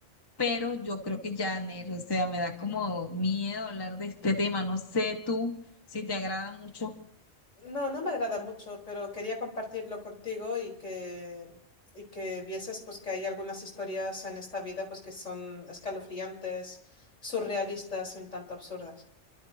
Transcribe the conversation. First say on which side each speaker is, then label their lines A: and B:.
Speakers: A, on the left; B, on the left.
A: Pero yo creo que ya, Ner, o sea, me da como miedo hablar de este tema. No sé tú si te agrada mucho.
B: No, no me agrada mucho, pero quería compartirlo contigo y que, y que vieses pues que hay algunas historias en esta vida pues que son escalofriantes, surrealistas y un tanto absurdas.